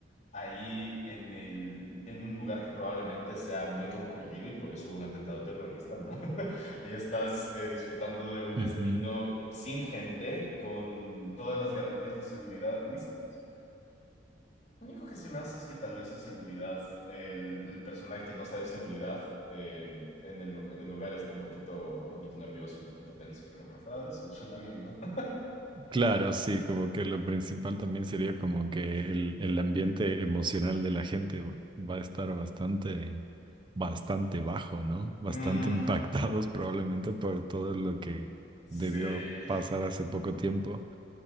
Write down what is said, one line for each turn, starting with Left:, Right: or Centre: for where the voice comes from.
Left: ahí en el, en un lugar que probablemente sea muy concurrido y por eso hubo un atentado terrorista, ¿no? <laughs> Y estás eh, disfrutando de un destino
Right: Ujú.
Left: sin gente, con todas las garantías de seguridad listas. Lo único que se me hace es que tal vez de seguridad, el, el personal que no sea de seguridad eh, en el, lu- en el lugar esté un poquito, un poquito nervioso, un poquito tenso, pero por fuera de eso suena bien, ¿no? <laughs>
Right: Claro, sí, como que lo principal también sería como que el, el ambiente emocional de la gente va a estar bastante, bastante bajo, ¿no? Bastante
Left: Mm,
Right: <laughs> impactados probablemente por todo lo que
Left: sí,
Right: debió pasar hace poco tiempo.